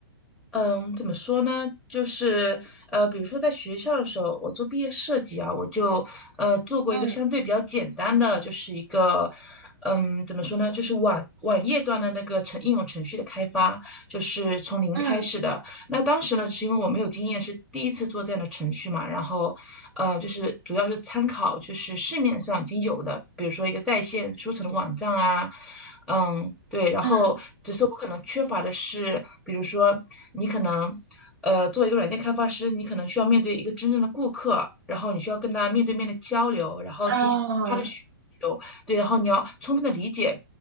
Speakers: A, in the centre; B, on the right (about 70°).
A: 嗯，怎么说呢？就是呃，比如说在学校的时候，我做毕业设计啊，我就呃做过一个相对比较简单的，
B: 嗯
A: 就是一个嗯，怎么说呢？就是网网页端的那个程应用程序的开发，就是从零开始的。
B: 嗯
A: 那当时呢，是因为我没有经验，是第一次做这样的程序嘛，然后，呃，就是主要是参考就是市面上已经有的，比如说一个在线书城的网站啊，嗯，对，然后只是我可能缺乏的是，
B: 嗯
A: 比如说你可能，呃，作为一个软件开发师，你可能需要面对一个真正的顾客，然后你需要跟他面对面的交流，然后提取他的需求，
B: 啊
A: 对，然后你要充分的理解